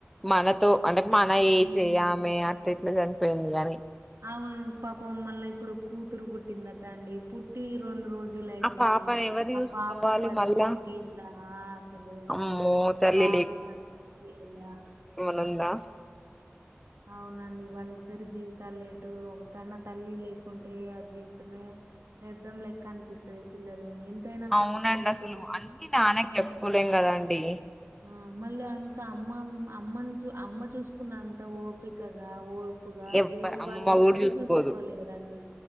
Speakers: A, in the centre; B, on the right.
A: మనతో అంటే మన
B: ఉమ్
A: ఏజె ఆమె అ. ఎట్ల చనిపోయింది గాని.
B: ఆమె పాపం మళ్ళ ఇప్పుడు కూతురు పుట్టిందట అండి పుట్టి రెండు రోజు. జులైతుంది
A: ఆ పాపని ఎవరు
B: ఆ
A: చూసుకోవాలి
B: పాప పరిస్థితి
A: మళ్ళా
B: ఇలా అసలు.
A: అమ్మో
B: ఆ
A: తల్లి
B: బాబు పరిస్థితి ఎలా.
A: నన్న.
B: అవునండి వాళ్ళిద్దరి జీవితాలు ఏటు ఒక కన్నా తల్లి లేకుంటే ఆ జీవితమే. వ్యర్ధం లెక్క అనిపిస్తది పిల్లల్ని. ఎంతైనా
A: అవునండి
B: కడుపులో పుట్టిన
A: అసలు అన్ని నాన్నకు
B: ఉమ్,
A: చెప్పుకోలేం కదండి.
B: ఆ మళ్ళ అంత అమ్మ అమ్మని చు అమ్మ చూసుకున్న అంత ఓపికగా ఓ. ప్పుగా
A: ఎవ్వరు
B: వేరే
A: అమ్మమ్మ
B: వాళ్ళు ఎవ్వరు
A: కూడా చూసుకోదు
B: చూసుకోలేరండి